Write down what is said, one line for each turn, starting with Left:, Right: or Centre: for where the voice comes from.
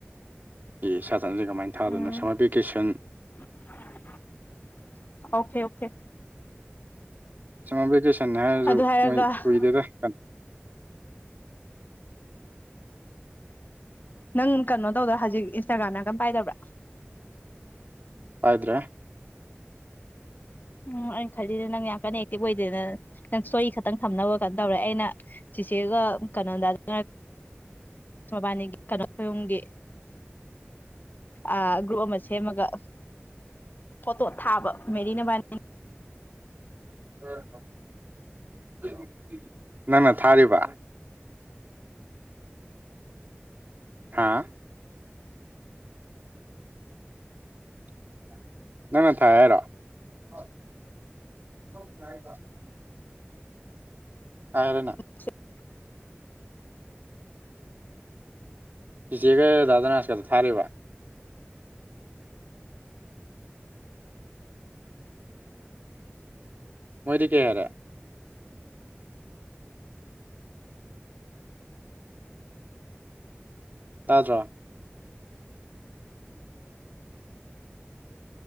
Right: ꯑꯦ ꯁꯥꯆꯟꯁꯦ ꯀꯃꯥꯏꯅ ꯊꯥꯗꯣꯏꯅꯣ
Left: ꯎꯝ
Right: summer vacation.
Left: <unintelligible> Okay okay <unintelligible>
Right: summer vacation ꯍꯥꯏꯔꯁꯨ
Left: ꯑꯗꯨ ꯍꯥꯏꯔꯒ
Right: ꯃꯣꯏ ꯀꯨꯏꯗꯦꯗ ꯀꯟ
Left: ꯅꯪ ꯀꯩꯅꯣ ꯇꯧꯗ ꯍꯧꯖꯤꯛ ꯏꯟꯁꯇꯥꯒ꯭ꯔꯥꯝ ꯌꯥꯝ ꯀꯟ ꯄꯥꯏꯗꯕ꯭ꯔꯥ꯫
Right: ꯄꯥꯏꯗ꯭ꯔꯦ꯫
Left: ꯎꯝ ꯑꯩꯅ ꯈꯜꯂꯤꯖꯦ ꯅꯪ ꯌꯥꯝ ꯀꯟꯅ ꯑꯦꯛꯇꯤꯚ ꯑꯣꯏꯗꯦꯅ ꯅꯪ ꯏꯁ꯭ꯇꯣꯔꯤ ꯈꯛꯇꯪ ꯊꯝꯅꯕ ꯀꯩꯅꯣ ꯇꯧꯔꯦ ꯑꯩꯅ ꯆꯤꯆꯦꯒ ꯀꯩꯅꯣꯗ <inaudible> ꯃꯕꯥꯅꯤꯒꯤ ꯀꯩꯅꯣ ꯈꯨꯌꯨꯝꯒꯤ ꯑ ꯒ꯭ꯔꯨꯞ ꯑꯃ ꯁꯦꯝꯃꯒ ꯐꯣꯇꯣ ꯊꯥꯕ ꯃꯦꯔꯤ ꯅꯕꯥꯅꯤ
Right: <unintelligible> ꯅꯪꯅ ꯊꯥꯔꯤꯕ꯫ ꯍꯥꯥ <inaudible> <inaudible> ꯅꯪꯅ ꯊꯥꯏ ꯍꯥꯏꯔꯣ <unintelligible> ꯍꯥꯏꯔꯅ
Left: <inaudible>
Right: ꯆꯤꯆꯦꯒ ꯗꯥꯗꯅꯅꯥꯁ ꯀꯗ ꯊꯥꯔꯤꯕ꯫ ꯃꯣꯏꯗꯤ ꯀꯩ ꯍꯥꯏꯔꯦ꯫ ꯇꯥꯗ꯭ꯔꯣ꯫